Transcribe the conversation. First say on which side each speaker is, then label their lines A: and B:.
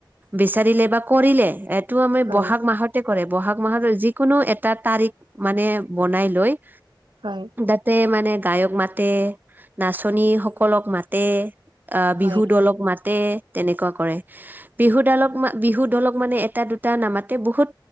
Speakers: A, on the right; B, on the right.
A: বিচাৰিলে বা কৰিলে এট টো আমি
B: হয়
A: ব'হাগ মাহত কে কৰে ব'হাগ মাহৰ যিকোনো এটা তাৰিখ মানে বনাই লৈ
B: হয়।
A: যাতে মানে গায়ক মাতে নাচনী সকলক মাতে অ'
B: হয়
A: বিহু দলক মাতে তেনেকুৱা কৰে। বিহু দালক মা বিহু দলক মানে এটা, দুটা নামাতে বহুত